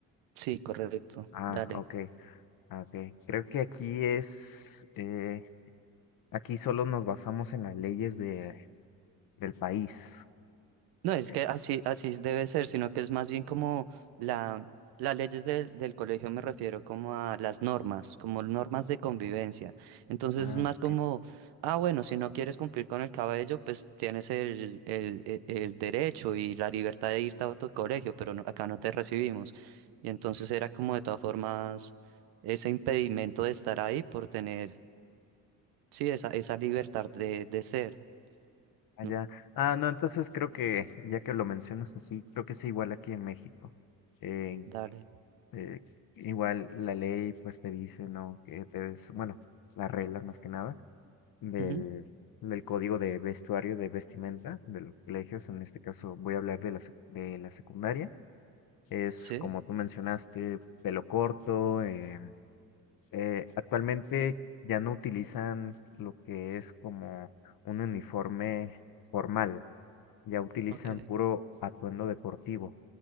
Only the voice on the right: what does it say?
Sí, correcto.
Dale.
No, es
que así, así debe ser, sino que es más bien como la, las leyes del, del colegio me refiero como a las normas, como normas de convivencia. Entonces
es más como,
ah, bueno, si no quieres cumplir con el cabello, pues tienes el, el, e- el derecho y la libertad de irte a otro colegio, pero no- acá no te recibimos. Y entonces era como de todas formas ese impedimento de estar ahí por tener, sí, esa, esa libertad de, de ser.
No,
dale.
Ujú,
Sí,
ok,